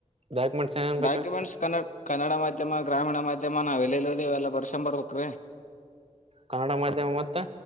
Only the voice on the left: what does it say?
ಡಾಕ್ಯುಮೆಂಟ್ಸ್
ಕನ್ನಡ ಕನ್ನಡ ಮಾಧ್ಯಮ ಗ್ರಾಮೀಣ ಮಾಧ್ಯಮ ನಾ ಎಲ್ಲೆಲ್ಲಿ ಓದ. ಅವೆಲ್ಲ ಬರ್ಸ್ಕೊಂಡು ಬರಬೇಕ್ರಿ.